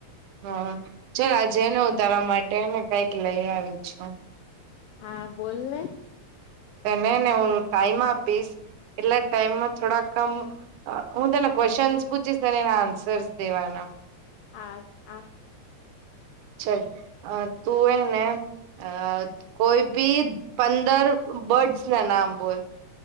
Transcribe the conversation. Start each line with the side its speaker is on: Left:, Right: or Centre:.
Right: હા ચાલ આજેને ઉતારવા માટેને કઈક લઈ આવી છું.
Left: હા બોલને
Right: તને ને હું ટાઈમ આપીશ એટલા ટાઈમમાં થોડા કમ હું તેના ક્વેશ્ચનસ પૂછીશને એના આન્સર્સ દેવાના.
Left: હા આપ
Right: ચાલ અ તું એને અ કોઈ કોઈ ભી પંદર બર્ડ્સ ના નામ બોલ